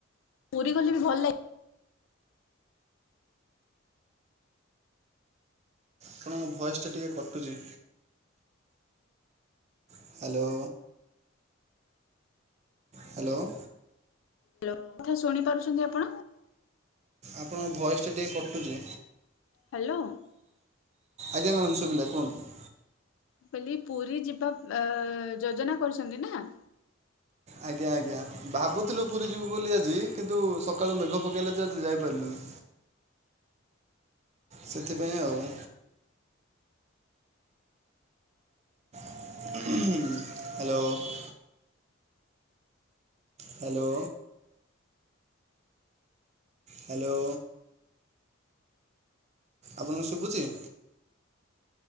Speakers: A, on the left (about 75°); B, on the right (about 35°).
A: ପୁରୀ ଗଲେ ବି ଭଲ ଲା
B: ଆପଣଙ୍କ ଭଏସ ଟା ଟିକେ କଟୁଛି। ହ୍ୟାଲୋ। ହ୍ୟାଲୋ।
A: ହ୍ୟାଲୋ, ମୋ କଥା ଶୁଣି ପାରୁଛନ୍ତି ଆପଣ?
B: ଆପଣଙ୍କ ଭଏସ୍ ଟା ଟିକେ କଟୁଛି।
A: ହ୍ୟାଲୋ।
B: ଆଜ୍ଞା୍ ମାଡ଼ାମ ଶୁବିଲା କୁହନ୍ତୁ।
A: କହଲି ପୁରୀ ଯିବା ଉଁ ଯୋଜନା କରୁଛନ୍ତି ନା?
B: ଆଜ୍ଞା ଆଜ୍ଞା, ଭାବୁଥିଲୁ ପୁରୀ ଯିବୁ ବୋଲି ଆଜି କିନ୍ତୁ ସକାଳୁ ମେଘ ପକାଇଲା ଯେ ଆଜି ଯାଇପାରିଲୁନି। ସେଥିପାଇଁ ଆଉ। ହ୍ୟାଲୋ। ହ୍ୟାଲୋ। ହ୍ୟାଲୋ। ଆପଣଙ୍କୁ ଶୁଭୁଛି?